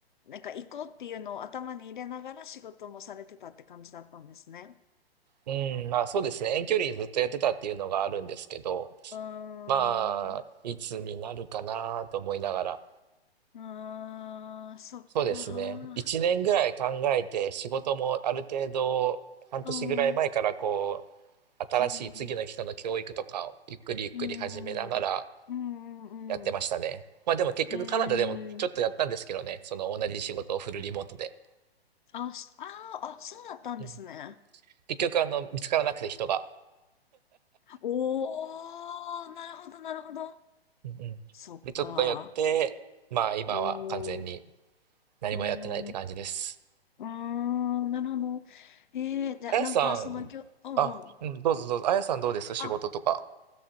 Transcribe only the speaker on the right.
うん、まあそうですね。遠距離ずっとやってたっていうのがあるんですけど、
まあ、いつになるかなと思いながら。
そうですね。一年ぐらい考えて、仕事もある程度、半年ぐらい前からこ
う、新しい次の人の教育とかをゆっくりゆっくり始めながら
やってましたね。
まあでも結局カナダでもちょっとやったんですけどね。
その同じ仕事をフルリモートで。
うん結局あの、見つからなくて人が。
うんうんで、
ちょっとやって、まあ今は完全に。
何もやってないって感じです。
あやさん、
あ、うん、どうぞどうぞ。あやさんどうです仕事とか。